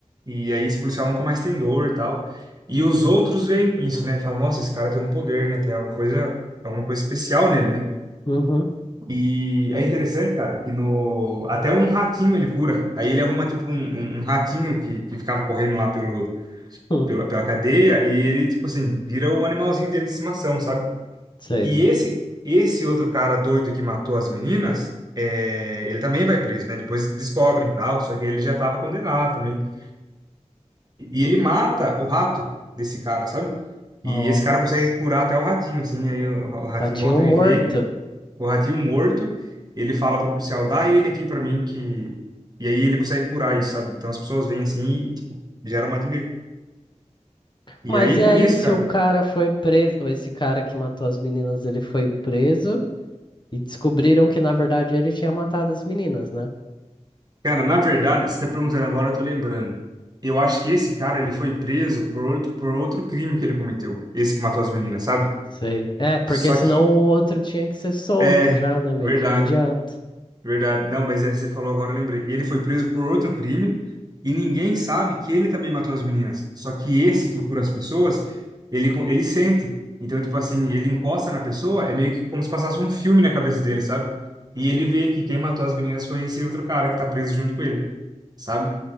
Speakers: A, on the right; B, on the left.
A: E aí esse policial nunca mais tem dor e tal. E os outros veem isso, né? E Falam, nossa, esse cara tem um poder, né? Tem alguma coisa, alguma coisa especial nele, né?
B: uhum,
A: E é interessante, cara, que no até um ratinho ele cura. Aí ele arruma tipo um, um- um ratinho que, que ficava correndo lá pelo,
B: hum,
A: pela, pela cadeia e ele tipo assim, vira o animalzinho dele de estimação, sabe?
B: Sei.
A: E esse esse outro cara doido que matou as meninas, é, ele também vai preso, né? Depois descobrem e tal, só que ele já estava condenado também. E e ele mata o rato desse cara, sabe?
B: Nossa.
A: E esse cara consegue curar até o ratinho, assim, aí o, o ratinho
B: Ratinho
A: volta
B: morto.
A: a viver o ratinho morto, ele fala pro policial, dá ele aqui pra mim que... E aí ele consegue curar isso, sabe? Então as pessoas vêm assim e, tipo, gera uma admiração. E
B: Mas
A: aí
B: e
A: com
B: aí,
A: isso,
B: se
A: cara...
B: o cara foi preso, ou esse cara que matou as meninas, ele foi preso e descobriram que, na verdade, ele tinha matado as meninas, né?
A: Cara, na verdade, você tá perguntando agora, eu tô lembrando. Eu acho que esse cara, ele foi preso por outro, por outro crime que ele cometeu. Esse que matou as meninas, sabe?
B: Sei. É, porque
A: Só
B: senão
A: que,
B: o outro tinha que ser solto
A: é,
B: já, né? Meio
A: verdade.
B: que imediato.
A: Verdade. Não, mas é, você falou agora, eu lembrei. Ele foi preso por outro crime e ninguém sabe que ele também matou as meninas. Só que esse que cura as pessoas, ele, co- ele sente. Então, tipo assim, ele encosta na pessoa, é meio que como se passasse um filme na cabeça dele, sabe? E ele vê que quem matou as meninas foi esse outro cara que tá preso junto com ele, sabe?